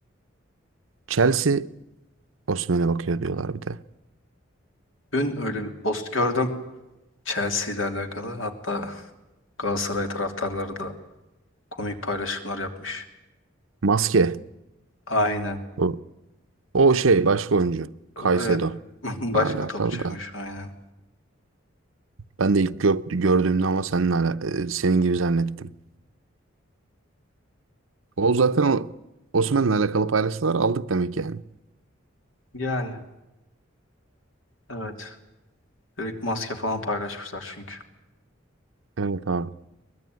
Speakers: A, on the right; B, on the left.
A: Chelsea Osimhen'e bakıyor diyorlar bir de.
B: Dün öyle bir post gördüm Chelsea ile alakalı. Hatta Galatasaray taraftarları da komik paylaşımlar yapmış.
A: Maske.
B: Aynen.
A: O, o şey başka oyuncu. Caicedo.
B: Evet. <laughs> Başka
A: alakalı
B: topçuymuş
A: da.
B: aynen.
A: Ben de ilk gör- gördüğümde ama seninle ala- e, senin gibi zannettim. O zaten o Osimhen'le alakalı paylaştılar aldık demek yani.
B: Yani evet. Direkt maske falan paylaşmışlar çünkü.
A: Evet abi.